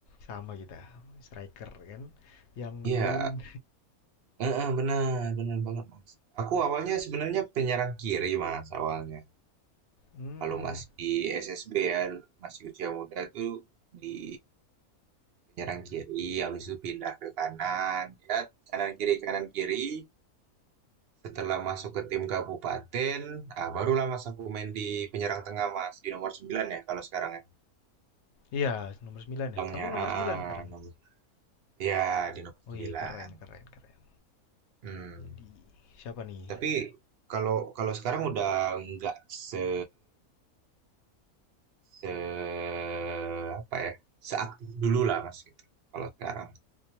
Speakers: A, on the left; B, on the right.
A: sama kita. Striker kan yang ngegolin.
B: Iya, heeh, benar, benar banget, Mas. Aku awalnya sebenarnya penyerang kiri, Mas, awalnya.
A: Hmm.
B: Kalau masih di SSB ya, masih usia muda tuh di penyerang kiri, habis itu pindah ke kanan, ya kanan kiri kanan kiri. Setelah masuk ke tim kabupaten, ah, barulah Mas aku main di penyerang tengah Mas, di nomor sembilan ya kalau sekarang ya.
A: Iya, nomor 9
B: Bilangnya,
A: ya. Kamu nomor
B: ah,
A: sembilan
B: ah,
A: sekarang.
B: nomor, ya di nomor
A: Wih,
B: 9.
A: keren keren keren.
B: Hmm.
A: Jadi siapa nih?
B: Tapi kalau kalau sekarang udah nggak se se apa ya, seaktif dulu lah Mas gitu. Kalau sekarang,